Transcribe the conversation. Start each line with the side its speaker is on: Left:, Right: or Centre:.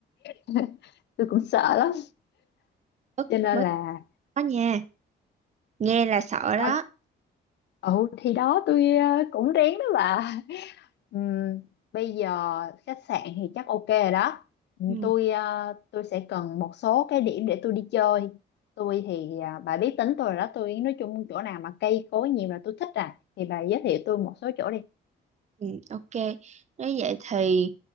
Left: <laughs> tôi cũng sợ lắm
Right: bớt
Left: cho nên
Right: bớt
Left: là
Right: đó nha nghe là sợ đó
Left: tao ừ thì đó tôi ờ, cũng rén đó bà Ừm, bây giờ khách sạn thì chắc ok rồi đó. Ừm,
Right: ừ,
Left: Tôi ờ, tôi sẽ cần một số cái điểm để tôi đi chơi. Tôi thì à, bà biết tính tôi rồi đó. Tôi nói chung chỗ nào mà cây cối nhiều là tôi thích à. Thì bà giới thiệu tôi một số chỗ đi.
Right: ừ, ok nếu vậy thì